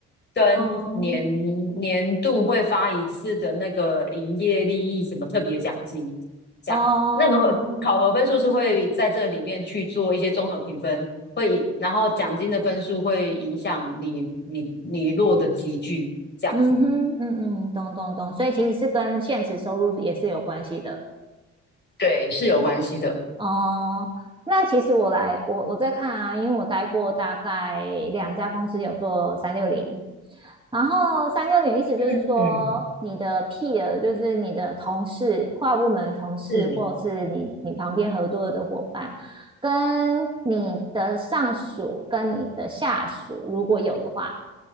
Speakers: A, on the left; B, on the right.
A: 跟年
B: 哦，
A: 年度会发一次的那个营业利益什么特别奖金，这样那个会考核分数是会在这里面去做一些综合评分，
B: 哦，
A: 会以然后奖金的分数会影响你你你落的集聚，这样子，
B: 嗯哼，嗯嗯，懂懂懂，所以其实是跟现实收入也是有关系的。
A: 对，是有关系的。
B: 哦，那其实我来，我我在看啊，因为我待过大概两家公司有做三六零，然后三六零意思就是说你的
A: 嗯嗯，
B: peer 就是你的同事、跨部门的同事，
A: 是。
B: 或者是你你旁边合作的伙伴，跟你的上属跟你的下属，如果有的话，